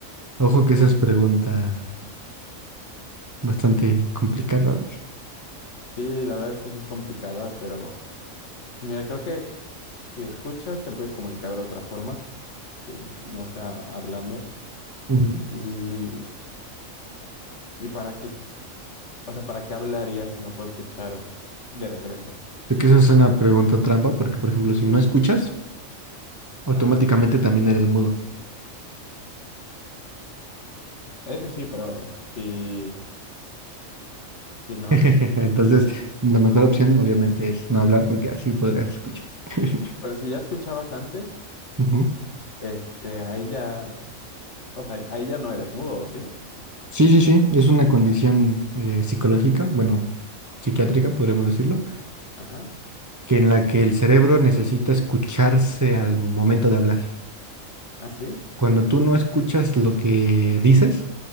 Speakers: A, on the right; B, on the left.
A: Ojo que
B: es,
A: esa es pregunta bastante complicada de...
B: sí, la verdad es que sí es complicada, pero mira, creo que si escuchas te puedes comunicar de otra forma, que no sea hablando.
A: Ujú.
B: Y, y para qué, o sea, ¿para qué hablarías si no puedo escuchar de regreso?
A: Sé que esa es una pregunta trampa porque, por ejemplo, si no escuchas, automáticamente
B: Ajá.
A: también eres mudo.
B: Eso sí, pero si, si no
A: <laughs>
B: has,
A: Entonces, la mejor opción obviamente es no hablar porque así podrás escuchar. <laughs>
B: pero si ya escuchabas antes.
A: Ujú.
B: Este, ahí ya, o sea, ahí ya no eres mudo, ¿o sí?
A: Sí, sí, sí, es una condición eh, psicológica, bueno, psiquiátrica, podríamos decirlo,
B: Ajá.
A: que en la que el cerebro necesita escucharse al momento de hablar.
B: ¿Ah, sí?
A: Cuando tú no escuchas lo que dices,